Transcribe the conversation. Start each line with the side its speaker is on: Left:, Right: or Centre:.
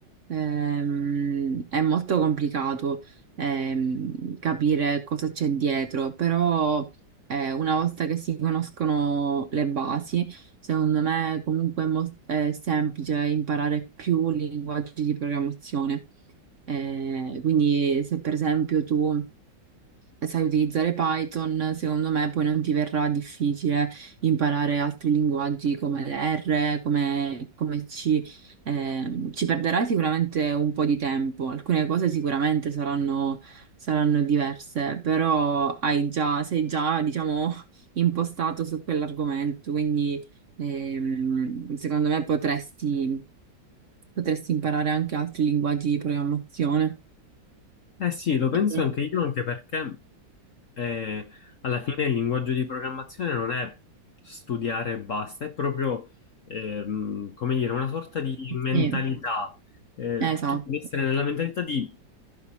Right: Ehm, è molto complicato ehm, capire cosa c'è dietro, però eh, una volta che si conoscono le basi, secondo me comunque è, mol- è semplice imparare più linguaggi di programmazione. Eh, quindi se per esempio tu sai utilizzare Python, secondo me poi non ti verrà difficile imparare altri linguaggi come R, come, come C. Ehm, ci perderai sicuramente un po' di tempo, alcune cose sicuramente saranno, saranno diverse, però hai già, sei già, diciamo, <laughs> impostato su quell'argomento, quindi ehm, secondo me potresti, potresti imparare anche altri linguaggi di programmazione.
Left: Eh sì, lo penso
Right: Eh,
Left: anche io, anche perché eh, alla fine il linguaggio di programmazione non è studiare e basta, è proprio, ehm, come dire, una sorta di mentalità.
Right: sì.
Left: Eh,
Right: Esatto,
Left: tu devi essere nella mentalità di